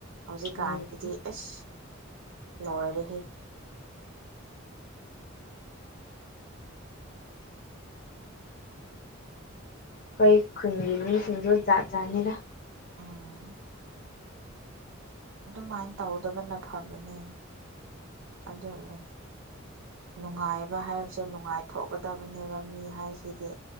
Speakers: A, on the right; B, on the left.
A: ꯍꯧꯖꯤꯛꯀꯥꯟꯁꯤꯗꯤ
B: ꯎꯝ
A: ꯑꯦꯥꯁ ꯂꯣꯏꯔꯦꯍꯦ
B: ꯑꯩꯈꯣꯏ ꯈꯨꯟꯒꯤ ꯃꯤꯁꯤꯡꯁꯨ ꯖꯥꯠ ꯖꯥꯠ ꯅꯤꯗ
A: ꯑꯥ ꯑꯗꯨꯃꯥꯏꯅ ꯇꯧꯗꯕꯅ ꯐꯕꯅꯦ ꯑꯗꯨꯅꯦ ꯅꯨꯡꯉꯥꯏꯕ ꯍꯥꯏꯕꯁꯦ ꯅꯨꯡꯉꯥꯏꯊꯣꯛꯀꯗꯕꯅꯦꯕ ꯃꯤ ꯍꯥꯏꯁꯤꯗꯤ